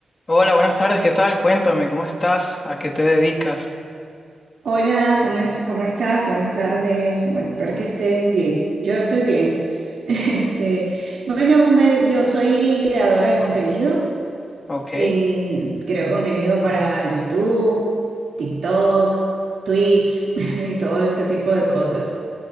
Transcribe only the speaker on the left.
Hola, buenas tardes, ¿qué tal? Cuéntame, ¿cómo estás? ¿A qué te dedicas?
Ok,